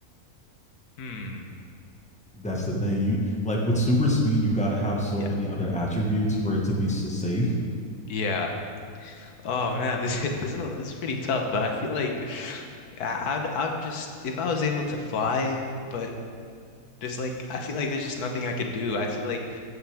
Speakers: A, on the left; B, in the centre.
A: Hmm.
B: that's the thing. You like with super speed, you got to have so
A: Yeah.
B: many other attributes for it to be so safe. <laughs>
A: Yeah. Oh man, this <laughs> this is this is pretty tough, but I feel like I- I'd I'd just if I was able to fly, but there's like I feel like there's just nothing I could do. I feel like